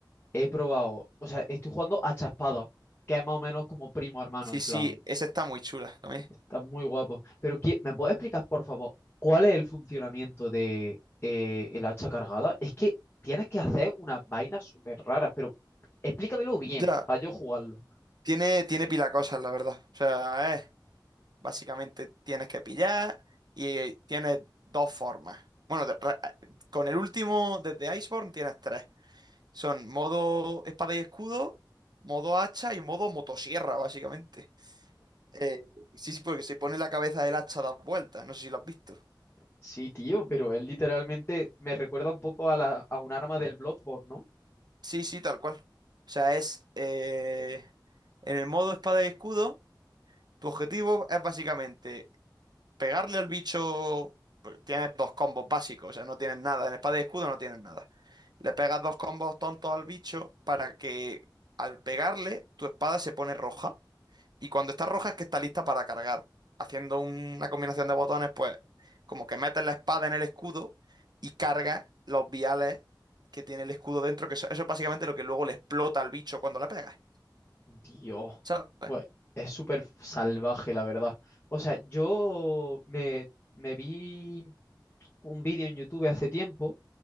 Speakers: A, on the left (about 25°); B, on the right (about 60°).
A: He probado, o sea, estoy jugando a Espada, que es más o menos como primo hermano,
B: Sí,
A: en
B: sí,
A: plan,
B: esa está muy chula también.
A: está muy guapo. Pero ¿qué- ¿me puedes explicar, por favor, cuál es el funcionamiento de eh, el hacha cargada? Es que tienes que hacer unas vainas súper raras, pero explícamelo bien,
B: Ya,
A: para yo jugarlo.
B: tiene, tiene pila cosas, la verdad. O sea, es, básicamente tienes que pillar y tienes dos formas. Bueno, de- re- con el último, desde Iceborne, tienes tres. Son modo espada y escudo, modo hacha y modo motosierra, básicamente. Eh, Sí, sí, porque se pone la cabeza del hacha a dar vueltas, no sé si lo has visto.
A: Sí, tío, pero él literalmente me recuerda un poco a, la, a un arma del Bloodborne, ¿no?
B: Sí, sí, tal cual. O sea, es eh, en el modo espada y escudo, tu objetivo es básicamente pegarle al bicho. Tienes dos combos básicos, o sea, no tienes nada. En espada y escudo no tienes nada. Le pegas dos combos tontos al bicho para que al pegarle tu espada se pone roja. Y cuando está roja es que está lista para cargar. Haciendo una combinación de botones, pues como que metes la espada en el escudo y cargas los viales que tiene el escudo dentro, que eso, eso es básicamente lo que luego le explota al bicho cuando la pegas.
A: Dios,
B: ¿Sabes?
A: pues es súper salvaje, la verdad. O sea, yo me, me vi un vídeo en YouTube hace tiempo